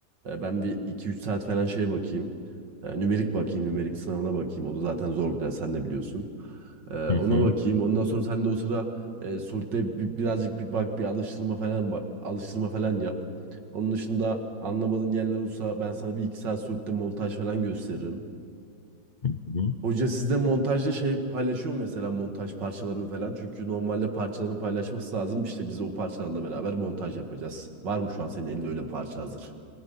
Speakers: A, on the right; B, on the left.
A: e, ben bir iki üç saat falan şey bakayım. E, nümerik bakayım. Nümerik sınavına bakayım. O da zaten zor bir ders. Sen de biliyorsun. E,
B: Hı
A: ona
B: hı.
A: bakayım. Ondan sonra sen de o sıra e, Solid'de bir- birazcık bir bak bir alıştırma falan ba- alıştırma falan yap. Onun dışında anlamadığın yerler olsa ben sana bir iki saat Solid'de montaj falan gösteririm.
B: hı.
A: Hoca sizde montajda şey paylaşıyor mu mesela montaj parçalarını falan? Çünkü normalde parçalarını paylaşması lazım. İşte biz o parçalarla beraber montaj yapacağız. Var mı şu an senin elinde öyle parça hazır?